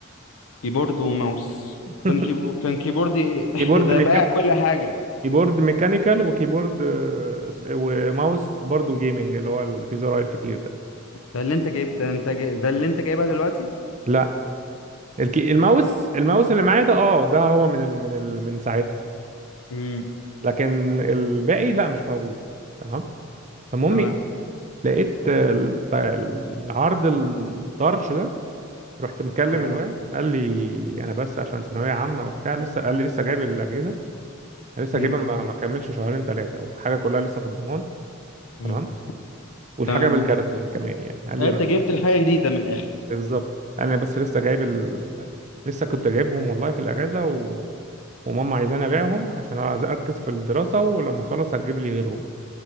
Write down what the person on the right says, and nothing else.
<laughs>
كيبورد
ميكا...
كيبورد ميكانيكال وكيبورد آه، وماوس برضو جيمنج اللي هو اللي فيه زراير كتير ده
لا الكي... الماوس الماوس اللي معايا ده اه ده هو من ال... من ال... من ساعتها
لكن الباقي لا مش موجود تمام فالمهم
إيه؟ لقيت آه، الت- العرض الطرش ده رحت مكلم
الواد قال لي انا بس عشان ثانويه عامه وبتاع لسه قال لي لسه جايب الاجهزه أنا لسه
جايبها مم. ما ما كملش شهرين ثلاثه وحاجه كلها لسه في الضمان
تمام والحاجه
مم. بالكراتين كمان يعني قال لي
انا
بس
بالظبط قال لي انا بس لسه جايب ال... لسه كنت جايبهم والله في الاجازه و... وماما عايزاني ابيعهم عشان عايز اركز في الدراسه ولما اخلص هتجيب لي غيرهم